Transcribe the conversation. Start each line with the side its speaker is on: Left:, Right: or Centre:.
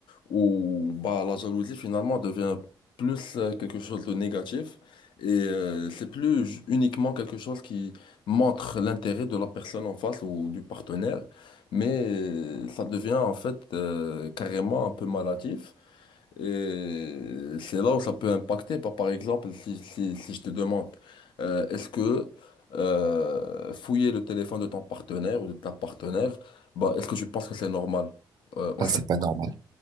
Left: où bah, la jalousie finalement devient plus euh, quelque chose de négatif et euh, c'est plus ju- uniquement quelque chose qui montre l'intérêt de la personne en face ou du partenaire, mais euh, ça devient en fait euh, carrément un peu malatif. Et c'est là où ça peut impacter. Par, par exemple, si, si, si je te demande, euh, est-ce que euh, fouiller le téléphone de ton partenaire ou de ta partenaire, bah, est-ce que tu penses que c'est normal euh, au
Right: Bah,
Left: sein
Right: c'est pas
Left: d'un couple?
Right: normal.